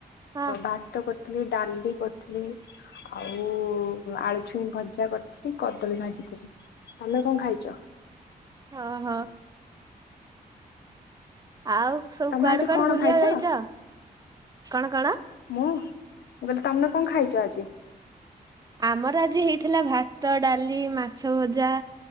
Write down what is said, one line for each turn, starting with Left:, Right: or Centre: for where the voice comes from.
Right: ହଁ
Left: ଭାତ କରିଥିଲି ଡାଲି କରିଥିଲି। ଆଉ ଆଳୁଛୁଇଁ ଭଜା କରିଥିଲି କଦଳୀ ଭାଜିଥିଲି। ତମେ କଣ ଖାଇଛ
Right: ହଁ-ହଁ। ଆଉ ସନ୍ଥ
Left: ତମେ
Right: କୁଥାଡ଼େ
Left: ଆଜି
Right: କୁ
Left: କଣ
Right: ଆଡେ ବୁଲିବାକୁ
Left: ଖାଇଛ
Right: ଯାଇଛ କଣ, କଣ
Left: ମୁଁ ମୁଁ କହିଲି ତମେ କଅଁଖାଇଚ ଆଜି।
Right: ଆମର ଆଜି ହେଇଥିଲା ଭାତ, ଡାଲି, ମାଛଭଜା